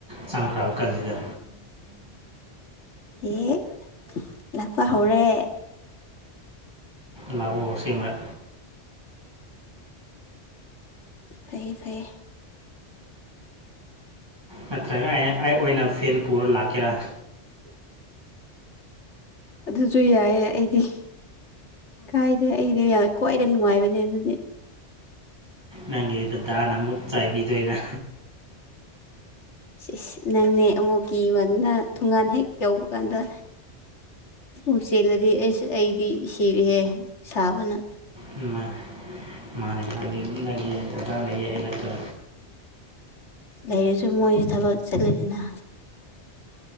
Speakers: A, on the right (about 20°); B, on the left (about 85°).
A: ꯆꯥꯡꯈ꯭ꯔꯕ ꯀꯥꯟꯁꯤꯗ
B: ꯑꯦ ꯂꯥꯛꯄ ꯍꯧꯔꯦ
A: ꯂꯥꯛꯑꯣ ꯑꯁꯦꯡꯕ
B: ꯐꯩꯌꯦ ꯐꯩꯌꯦ
A: ꯅꯠꯇ꯭ꯔꯒ ꯑꯩꯅ ꯑꯩ ꯑꯣꯏꯅ ꯐꯦꯟ ꯄꯨꯔ ꯂꯥꯛꯀꯦꯔꯥ
B: ꯑꯗꯨꯁꯨ ꯌꯥꯏꯌꯦ ꯑꯩꯗꯤ ꯀꯥꯏꯗꯦ ꯑꯩꯗꯤ ꯌꯥ ꯈ꯭ꯋꯥꯏꯗꯩ ꯅꯨꯡꯉꯥꯏꯕꯅꯦ ꯑꯗꯨꯗꯤ
A: ꯅꯪꯒꯤ ꯗꯗꯥꯅ ꯑꯃꯨꯛ ꯆꯩꯕꯤꯗꯣꯏꯔꯥ
B: ꯏꯁ ꯏꯁ ꯅꯪꯅꯦ ꯑꯃꯨꯛ ꯀꯤꯃꯟꯗꯅ ꯊꯣꯡꯒꯥꯟ ꯍꯦꯛ ꯌꯧꯕ ꯀꯥꯟꯗ ꯎ ꯆꯦꯜꯂꯗꯤ ꯑꯁ ꯑꯩꯗꯤ ꯁꯤꯔꯦꯍꯦ ꯁꯥꯕꯅ
A: ꯑꯝ ꯃꯥ ꯃꯥꯅꯦ ꯅꯪꯒꯤ ꯅꯪꯒꯤ ꯗꯗꯥ ꯂꯩꯌꯦ ꯍꯥꯏꯕ ꯅꯠꯇ꯭ꯔꯣ
B: ꯂꯩꯔꯁꯨ ꯃꯣꯏꯁꯨ ꯊꯕꯛ ꯆꯠꯂꯦꯗꯅ